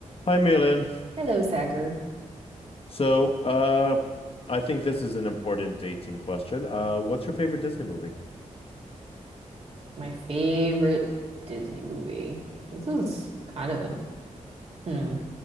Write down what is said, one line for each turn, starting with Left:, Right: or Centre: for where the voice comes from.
Left: Hi, Milan.
Right: Hello, Sagar.
Left: So, uh, I think this is an important dating question. Uh, what's your favorite Disney movie?
Right: My favorite Disney movie. This is kind of a hmm.